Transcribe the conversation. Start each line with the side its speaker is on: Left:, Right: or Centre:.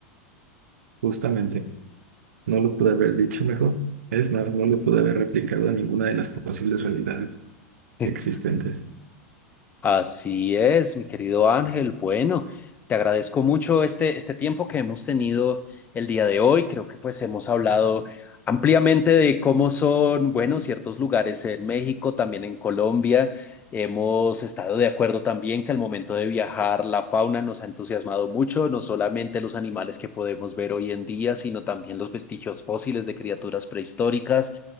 Right: justamente. No lo pude haber dicho mejor, es más, no lo pude haber replicado a ninguna de las posibles realidades
Left: <laughs>
Right: existentes.
Left: Así es, mi querido Ángel. Bueno, te agradezco mucho este, este tiempo que hemos tenido el día de hoy. Creo que pues hemos hablado ampliamente de cómo son, bueno, ciertos lugares en México, también en Colombia. Hemos estado de acuerdo también que al momento de viajar la fauna nos ha entusiasmado mucho, no solamente los animales que podemos ver hoy en día, sino también los vestigios fósiles de criaturas prehistóricas.